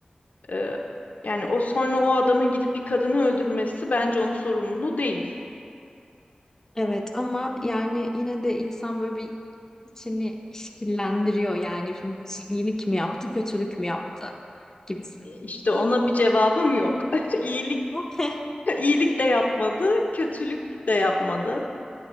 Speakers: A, on the left (about 65°); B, on the left (about 20°).
A: Ee, yani o sonra o adamın gidip bir kadını öldürmesi bence onun sorumluluğu değil.
B: evet, ama yani yine de insan böyle bir içini şekillendiriyor. Yani şimdi iyilik mi yaptı, kötülük mü yaptı gibi.
A: İşte ona bir cevabım yok. <laughs> İyilik,
B: <laughs>
A: iyilik de yapmadı, kötülük de yapmadı.